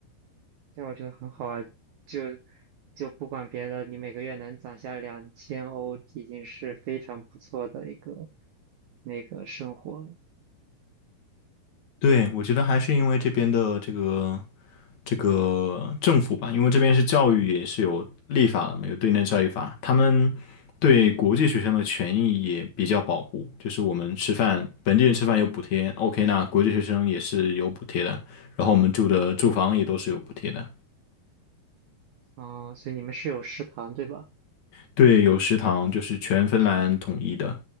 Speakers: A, on the right; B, on the left.
A: 这我觉得很好啊。就就不管别的，你每个月能攒下两千欧，已经是非常不错的一个那个生活了。
B: 对，我觉得还是因为这边的这个这个政府吧，因为这边是教育也是有立法的嘛，有对内教育法，他们对国际学生的权益也比较保护，就是我们吃饭，本地人吃饭有补贴，OK，那国际学生也是有补贴的，然后我们住的住房也都是有补贴的，
A: 哦，所以你们是有食堂对吧？
B: 对，有食堂就是全芬兰统一的，